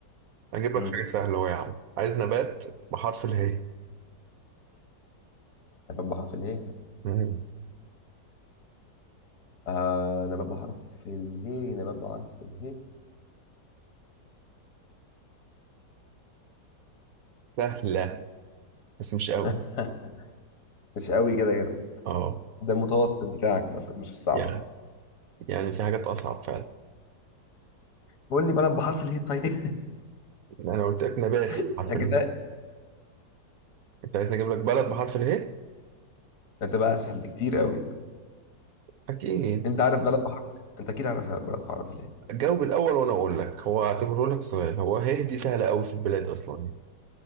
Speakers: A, on the right (about 65°); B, on the left (about 65°).
A: هجيب
B: مم.
A: لك حاجة سهلة أهو يا عم عايز نبات بحرف اله
B: نبات بحرف اله
A: مم.
B: آه نبات بحرف اله نبات بحرف اله
A: سهلة بس مش قوي
B: <laughs> مش قوي كده كده
A: اه
B: ده المتوسط بتاعك مثلا مش الصعب
A: يعني يعني في حاجات أصعب فعلا
B: قول لي بلد بحرف اله طيب
A: أنا قلت لك نبات
B: <laughs>
A: بحرف
B: اجبال
A: اله انت عايز نجيب لك بلد بحرف اله
B: هتبقى اسهل بكتير قوي
A: أكيد
B: انت عارف بلد بحر انت اكيد عارف بلد بحر في ليه
A: جاوب الأول وأنا أقول لك هو اعتبره لك سؤال هو هي دي سهلة أوي في البلاد أصلا